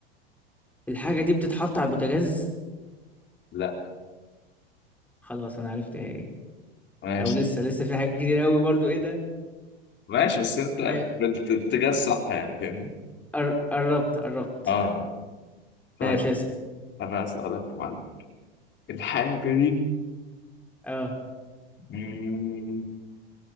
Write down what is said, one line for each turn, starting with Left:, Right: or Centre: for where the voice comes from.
Centre: الحاجة دي بتتحط على البوتاجاز
Left: لا
Centre: خلاص انا عرفت ايه هي.
Left: ماشي
Centre: او لسه لسه في حاجات كتير قوي برضو ايه ده
Left: ماشي بس انت
Centre: ما-
Left: بت- باتجاه الصح يعني فاهمني
Centre: قر- قربت قربت
Left: اه طيب
Centre: ماشي اسأل
Left: انا اسالك يا معلم الحاجه دي
Centre: اه
Left: مم،